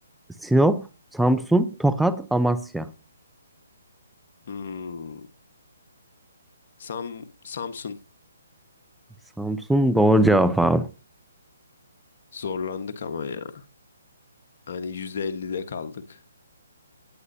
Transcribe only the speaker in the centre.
Sinop, Samsun, Tokat, Amasya.
Samsun doğru cevap abi.